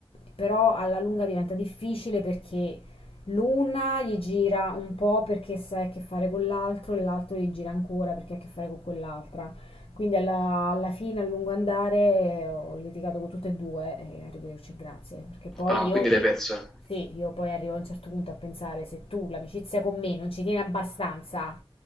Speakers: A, on the left; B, in the centre.
A: però alla lunga diventa difficile perché l'una gli gira un po' perché sa che ha a che fare con l'altro e l'altro gli gira ancora perché ha a che fare con quell'altra. Quindi alla, alla fine, a lungo andare, ho litigato con tutte e due e arrivederci e grazie, perché poi
B: Ah,
A: io,
B: quindi
A: io-
B: l'hai persa.
A: sì, io poi arrivo a un certo punto a pensare se tu l'amicizia con me non ci tieni abbastanza